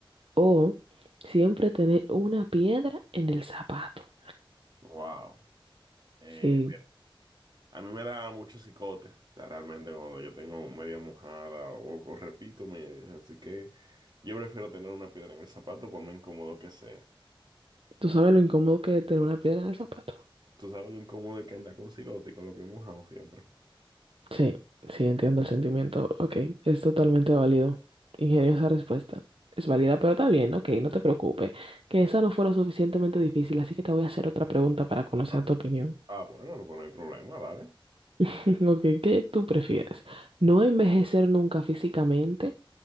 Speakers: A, on the right; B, on the right.
A: O siempre tener una piedra en el zapato.
B: Wow. Eh,
A: Sí,
B: A mí me da mucho cicote, o sea, realmente cuando yo tengo media mojada o, o repito medias, así que yo prefiero tener una piedra en el zapato por más incómodo que sea.
A: ¿tú sabes lo incómodo que es tener una piedra en el zapato?
B: Tú sabes lo incómodo que anda con cigote y con los pies mojados siempre.
A: Sí, sí, entiendo el sentimiento. Ok, es totalmente válido. Ingeniosa respuesta. Es válida, pero está bien, ok, no te preocupes. Que esa no fue lo suficientemente difícil, así que te voy a hacer otra pregunta para conocer
B: Ah,
A: tu opinión.
B: ah, bueno, no, pues no hay problema, dale.
A: <laughs> Ok, ¿qué tú prefieres? ¿No envejecer nunca físicamente?